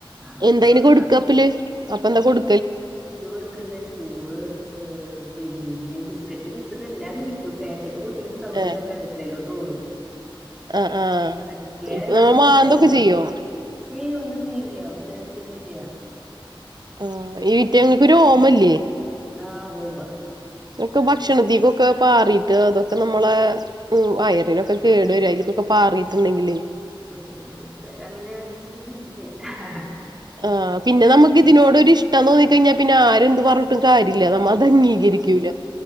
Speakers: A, in the centre; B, on the right.
A: അപ്പൊ
B: എന്തായിന് കൊടുക്കപ്പല്
A: അ
B: അപ്പൊ എന്താ കൊടു
A: <unintelligible> കൊടുക്കണ്ട ചോറ് ആ പിന്നെ ബിസ്ക്കറ്റ് മിച്ചർ എല്ലാം കഴിക്കും പാക്കറ്റ് കൊടു തിൻ്റെ സൗണ്ട്
B: ഏ
A: കേട്ടാ അടുക്കളേലോട്ടോടും <unintelligible>
B: ആ ആ
A: അടുക്കളേലാണ് ഫുൾടൈമും
B: മാന്തൊക്കെ ചെയ്യോ
A: ഹേ ഒന്നും ചേയ്യി ഹേ ഉപദ്രവിക്കൊന്നുഇല്യ
B: ആഹ് ഈറ്റേങ്ങൾക്ക് രോമഇല്ലേ
A: ആവുവ്വ്
B: ഒക്കെ ഭക്ഷണത്തീക്കൊക്കെ പാറീട്ട് അതൊക്കെ നമ്മളെ ഉം വയറിനൊക്കെ
A: ഉവ്വ
B: കേടുവര്യ
A: ആ
B: അയിലിക്കൊക്കെ പാറി ട്ടണ്ടെങ്കിൽ
A: <unintelligible> അങ്ങനെ <unintelligible> ഇല്ല്യ ഹാഹ്ഹ
B: ഹാ പിന്നെ നമുക്കിതിനോടൊരു ഇഷ്ടം തോന്നി ഴിഞ്ഞാ പിന്നെ ആര് എന്ത് പറഞ്ഞിട്ടും കാര്യ ഇല്ല നമ്മാ അതു അംഗീകരിക്കൂല